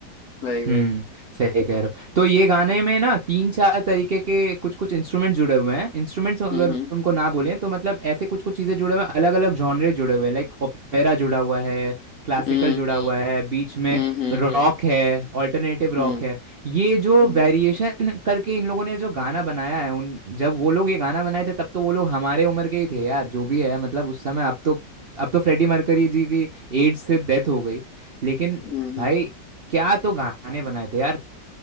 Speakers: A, on the left; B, on the right.
A: वही वही
B: हम्म सही कह रहे हो तो ये गाने में ना तीन चार तरीके के कुछ कुछ इंस्ट्रूमेंट जुड़े हुए हैं इंस्ट्रूमेंट्स अगर
A: हम्म
B: उनको ना बोले तो मतलब ऐसे कुछ कुछ चीजें जुड़े हुए हैं अलग अलग जॉनरे जुड़े हुए हैं लाइक ओपेरा जुड़ा हुआ है क्लासिकल
A: हम्म
B: जुड़ा
A: हम्म
B: हुआ है बीच में
A: हम्म हम्म
B: रॉक
A: हम्म
B: है ऑल्टरनेटिव रॉक
A: हम्म,
B: है ये जो
A: हम्म। हम्म,
B: वेरिएशन करके इन लोगों ने जो गाना बनाया है उन जब वो लोग ये गाना बनाए थे तब तो वो लोग हमारे उम्र के ही थे यार जो भी है मतलब उस समय अब तो अब तो फ्रेडी मर्करी जी की एड्स से डेथ हो गई लेकिन
A: हम्म, हम्म।
B: भाई क्या तो गाने बनाए थे यार